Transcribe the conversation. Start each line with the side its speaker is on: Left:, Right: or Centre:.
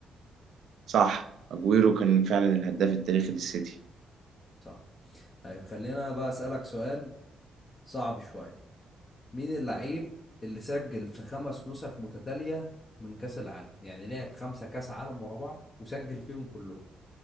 Right: صح اجويرو كان فعلا الهداف التاريخي للسيتي
Left: صح طيب خلينا أنا بقى أسألك سؤال صعب شوية مين اللعيب اللي سجل في خمس نسخ متتالية من كأس العالم يعني لعب خمسة كأس عالم ورا بعض وسجل فيهم كلهم